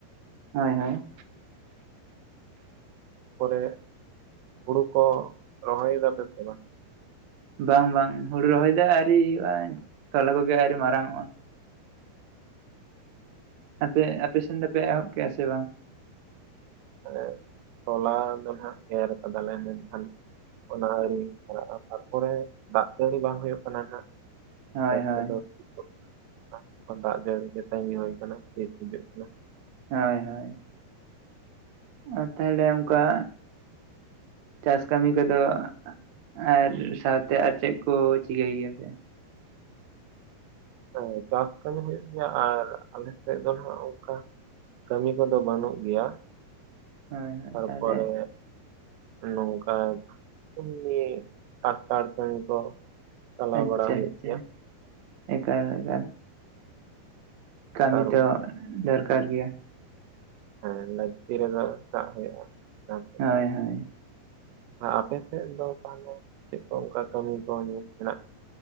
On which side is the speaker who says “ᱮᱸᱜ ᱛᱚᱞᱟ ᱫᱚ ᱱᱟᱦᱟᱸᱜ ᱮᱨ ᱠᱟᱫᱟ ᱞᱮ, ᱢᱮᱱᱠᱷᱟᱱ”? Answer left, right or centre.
Right